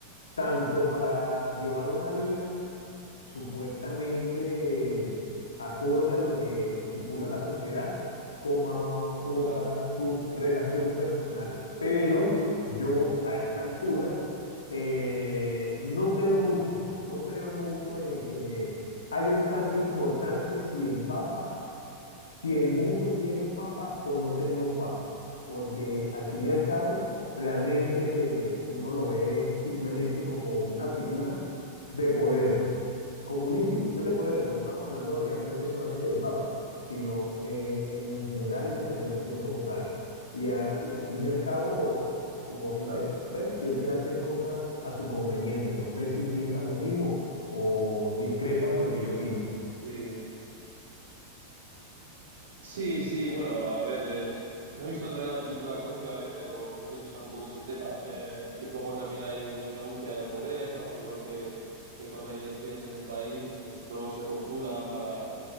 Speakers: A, on the left; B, on the right.
A: tanto para llevar una vida supuestamente acorde a lo que estipula la sociedad como, como
B: claro,
A: para su relación personal. Pero yo a esta altura eh, no creo mucho, no creo mucho en que haya un cambio importante si el Papa, si el mundo tiene un Papa o no tenga un Papa, porque al fin y al cabo
B: claro.
A: realmente uno lo ve simplemente como una figura de poder como una institución
B: Mm,
A: de poder, porque no estamos hablando realmente
B: sí,
A: solamente del Papa, sino eh, en general de la religión como tal. Y, a- y al fin y al cabo, como gente
B: claro.
A: de poder, siempre hacen cosas a su conveniencia. No sé si piensan lo mismo o discrepas de lo que yo opino.
B: Sí. Sí, sí, bueno, a ver, eh, no he visto todavía la película Cónclave, pero creo que tocan un poco ese tema, eh, de cómo también hay, hay una búsqueda del poder, ¿no? Igual que, que cuando hay elecciones en un país, pues todos se postulan para,